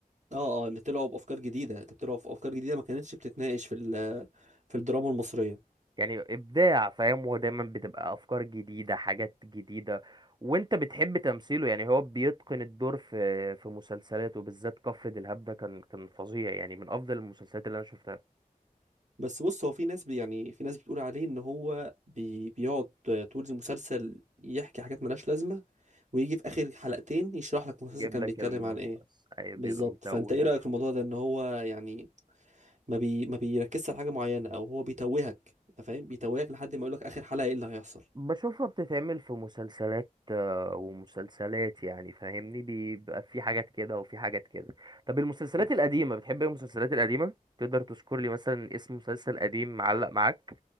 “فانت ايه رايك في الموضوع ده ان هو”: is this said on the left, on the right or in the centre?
Right